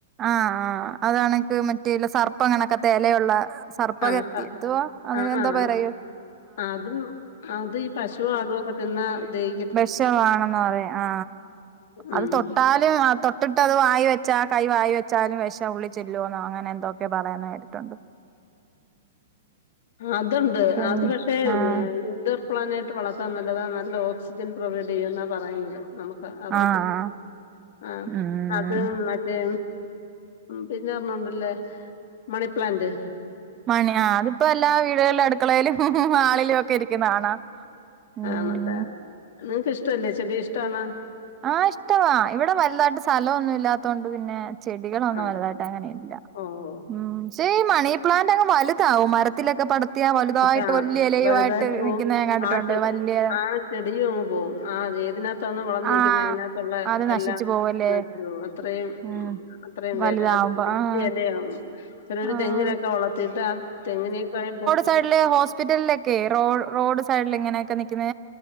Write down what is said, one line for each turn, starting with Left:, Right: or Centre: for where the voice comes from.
Right: ആഹ് അതാണെങ്കിൽ മറ്റേല്ല സർപ്പ അങ്ങനത്തെലെയുള്ള സർപ്പ
Left: ആഹ്
Right: കരുതി
Left: ക
Right: എന്തുവാ അങ്ങനെ
Left: ആഹ്
Right: എന്തോ
Left: ആഹ്
Right: പറയും
Left: അതും അത് ഈ പശു ആടുവൊക്കെ തിന്നതെയ്
Right: വിഷ വാണന്ന് പറയും ആ
Left: ഉം
Right: അത് തൊട്ടാൽ തൊട്ടിട്ട് അത് വായി വച്ചാ ആ കൈ വായിൽ വെച്ചാലും വെഷം ഉള്ളിൽ ചെല്ലോ അങ്ങനെ എ ന്തൊക്കെ പറയുന്ന കേട്ടിട്ടുണ്ട്
Left: അത്ണ്ട്
Right: ഉം
Left: അത് പക്ഷെ
Right: ആഹ്
Left: <unintelligible> പ്ലാനായിട്ട് വളർത്താൻ നല്ലതാണ് നല്ല ഓക്സിജൻ പ്രൊവൈഡ് ചെയ്യുന്നാ പറയുന്നത് നമുക്ക് അറിയത്തില്ല
Right: ആഹ്
Left: ആഹ്
Right: ഉം
Left: അ അത് മറ്റേ പിന്നെ പറഞ്ഞോണ്ടല്ലോ മണിപ്ലാന്റ്
Right: മണി ആ അതിപ്പോ എല്ലാ വീടുകളില അടു ക്കളയിലും ആളിലും ഒക്കെ ഇരിക്കുന്ന കാണാ ഉം
Left: ആണല്ലേ നിങ്ങക്ക് ഇഷ്ട്ടല്ലെ ചെടി ഇഷ്ട്ടാണോ?
Right: ആഹ് ഇഷ്ട്ടവാ ഇവിടെ വലുതായിട്ട് സ്ഥലമൊന്നും ഇല്ലാത്തോണ്ട് പിന്നെ ചെടികളൊന്നും
Left: ആ
Right: വലുതായിട്ട് അങ്ങനെ ഇല്ല
Left: ഓ
Right: ഉം പക്ഷേ ഈ മണി പ്ലാന്റ് അങ്ങ് വലുതാവും മരത്തിലൊക്കെ പടു ത്തിയ വലുതായിട്ട്
Left: പക്ഷെ ആ
Right: വലിയ ഇലയുയായിട്ട്
Left: വലുതായിട്ട് പോവും
Right: നിൽക്കുന്ന ഞാൻ കണ്ടിട്ടുണ്ട്
Left: ആ ചെടി
Right: വലിയ
Left: ആ ചെടിയും അങ്ങ് പോകും ആ ഏതിനകത്താന് വളർന്ന്
Right: ആഹ്
Left: നിക്കുന്നെ അതിനകത്തുള്ള
Right: അത് നശിച്ചു
Left: എല്ലാം.
Right: പോവല്ലേ
Left: <unintelligible> അത്രയും
Right: ഉം
Left: അത്രയും
Right: വലുതാവുമ്പോ
Left: വേല അത് വലിയ
Right: ആഹ്
Left: എലയാവും ചെലരു
Right: ആഹ്
Left: തെങ്ങിനൊക്കെ വളർത്തിട്ട് ആ തെങ്ങിനേക്കായിപ്പൊ.
Right: സൈഡിലെ ഹോസ്പിറ്റലിലൊക്കെ റോ റോഡ് സൈഡിൽ ഇങ്ങനെയക്കെ നിക്കുന്നെ